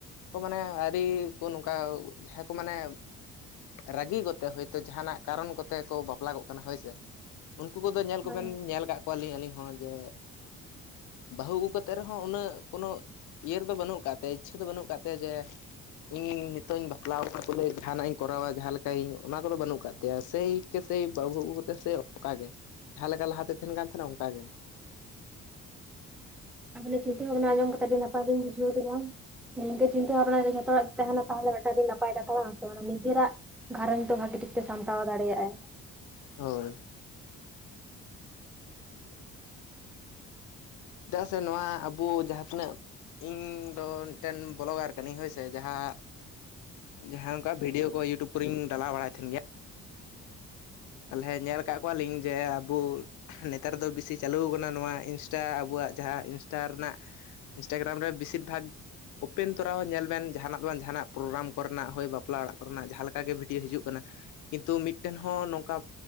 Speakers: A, on the left; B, in the centre.
A: ᱠᱚ ᱢᱟᱱᱮ ᱟᱹᱨᱤ ᱠᱚ ᱱᱚᱝᱠᱟ ᱡᱟᱦᱟᱸᱭ ᱠᱚ ᱢᱟᱱᱮ ᱨᱟᱹᱜᱤ ᱠᱚᱛᱮ ᱦᱳᱭᱛᱳ ᱡᱟᱦᱟᱱᱟᱜ ᱠᱟᱨᱚᱱ ᱠᱚᱛᱮ ᱠᱚ ᱵᱟᱯᱞᱟᱜᱚᱜ ᱠᱟᱱᱟ ᱦᱳᱭ ᱥᱮ ᱩᱱᱠᱩ ᱠᱚᱫᱚ ᱧᱮᱞ ᱠᱚᱵᱮᱱ
B: ᱦᱳᱭ
A: ᱧᱮᱞ ᱟᱠᱟᱫ ᱠᱚᱣᱟᱞᱤᱧ ᱟᱹᱞᱤᱧ ᱦᱚᱸ ᱡᱮ ᱵᱟᱹᱦᱩ ᱟᱹᱜᱩ ᱠᱟᱛᱮᱫ ᱨᱮᱦᱚᱸ ᱩᱱᱟᱹᱜ ᱠᱳᱱᱳ ᱤᱭᱟᱹᱨ ᱫᱚ ᱵᱟᱹᱱᱩᱜ ᱟᱠᱟᱫ ᱛᱟᱭᱟ ᱤᱪᱪᱷᱟᱹ ᱫᱚ ᱵᱟᱹᱱᱩᱜ ᱠᱟᱫ ᱛᱟᱭᱟ ᱡᱮ ᱤᱧ ᱱᱤᱛᱚᱜ ᱤᱧ ᱵᱟᱯᱞᱟᱣ ᱠᱟᱱᱟ ᱵᱚᱞᱮ ᱡᱟᱦᱟᱱᱟᱜ ᱤᱧ ᱠᱚᱨᱟᱣᱟ ᱡᱟᱦᱟᱸ ᱞᱮᱠᱟᱧ ᱚᱱᱟ ᱠᱚᱫᱚ ᱵᱟᱹᱱᱩᱜ ᱟᱠᱟᱫ ᱛᱟᱭᱟ ᱥᱮᱭ ᱾ ᱥᱮᱭ ᱵᱟᱹᱦᱩ ᱠᱚ ᱟᱹᱜᱩ ᱠᱟᱛᱮ ᱥᱮᱹᱭ ᱚᱱᱠᱟ ᱜᱮ ᱡᱟᱦᱟᱸ ᱞᱮᱠᱟ ᱞᱟᱦᱟᱛᱮ ᱛᱟᱦᱮᱱ ᱠᱟᱱ ᱛᱟᱦᱮᱱᱟ ᱚᱱᱠᱟ ᱜᱮ
B: ᱟᱹᱵᱤᱱ ᱟᱜ ᱪᱤᱱᱛᱟᱹ ᱵᱷᱟᱵᱱᱟ ᱟᱸᱡᱚᱢ ᱠᱟᱛᱮ ᱟᱹᱰᱤ ᱱᱟᱯᱟᱭ ᱞᱤᱧ ᱵᱩᱡᱷᱟᱹᱣ ᱠᱮᱫᱟ ᱾ ᱱᱤᱝᱠᱟᱹ ᱪᱤᱱᱛᱟᱹ ᱵᱷᱟᱵᱽᱱᱟ ᱨᱮ ᱡᱚᱛᱚᱦᱚᱲᱟᱜ ᱜᱮ ᱛᱟᱦᱮᱱᱟ ᱛᱟᱦᱚᱞᱮ ᱢᱤᱫ ᱴᱟᱝ ᱟᱹᱰᱤ ᱱᱟᱯᱟᱭ ᱠᱟᱛᱷᱟ ᱵᱟᱝ, ᱱᱤᱡᱮᱨᱟᱜ ᱜᱷᱟᱸᱨᱚᱡᱽ ᱫᱚ ᱵᱷᱟᱹᱜᱤ ᱴᱷᱤᱠ ᱛᱮ ᱥᱟᱢᱴᱟᱣ ᱫᱟᱲᱮᱭᱟᱜᱼᱟᱭ
A: ᱦᱳᱭ ᱾ ᱪᱮᱫᱟᱜ ᱥᱮ ᱱᱚᱣᱟ ᱟᱵᱚ ᱡᱟᱦᱟᱸ ᱛᱤᱱᱟᱹᱜ ᱤᱧ ᱫᱚ ᱢᱤᱫᱴᱮᱱ ᱵᱷᱞᱚᱜᱟᱨ ᱠᱟᱹᱱᱟᱹᱧ ᱦᱳᱭ ᱥᱮ ᱡᱟᱦᱟᱸ ᱡᱟᱦᱟᱸ ᱚᱱᱠᱟ ᱵᱷᱤᱰᱭᱳ ᱠᱚ ᱤᱭᱩᱴᱩᱵ ᱠᱚᱨᱤᱧ ᱰᱟᱞᱟᱣ ᱵᱟᱲᱟᱭ ᱛᱟᱦᱮᱱ ᱜᱮᱭᱟ ᱛᱟᱦᱚᱞᱮ ᱧᱮᱞ ᱟᱠᱟᱫ ᱠᱚᱣᱟᱞᱤᱧ ᱡᱮ ᱟᱵᱚ ᱱᱮᱛᱟᱨ ᱫᱚ ᱵᱮᱥᱤ ᱪᱟᱹᱞᱩᱣ ᱠᱟᱱᱟ ᱱᱚᱣᱟ ᱤᱱᱥᱴᱟ ᱟᱵᱚᱣᱟᱜ ᱡᱟᱦᱟᱸ ᱤᱱᱥᱴᱟ ᱨᱮᱱᱟᱜ ᱤᱱᱥᱴᱟᱜᱨᱟᱢ ᱨᱮ ᱵᱮᱥᱤᱨ ᱵᱷᱟᱜᱽ ᱳᱯᱮᱱ ᱛᱚᱨᱟ ᱦᱚᱸ ᱧᱮᱞ ᱵᱮᱱ ᱡᱟᱦᱟᱱᱟᱜ ᱫᱚ ᱵᱟᱝ ᱡᱟᱦᱟᱱᱟᱜ ᱯᱨᱳᱜᱨᱟᱢ ᱠᱚᱨᱮᱱᱟᱜ ᱵᱟᱯᱞᱟ ᱚᱲᱟᱜ ᱠᱚᱨᱮᱱᱟᱜ ᱡᱟᱦᱟᱸ ᱞᱮᱠᱟ ᱚᱱᱠᱟ ᱜᱮ ᱵᱷᱤᱰᱤᱭᱳ ᱦᱤᱡᱩᱜ ᱠᱟᱱᱟ ᱾ ᱠᱤᱱᱛᱩ ᱢᱤᱫᱴᱮᱱ ᱦᱚᱸ ᱱᱚᱝᱠᱟ ᱚᱱᱠᱟ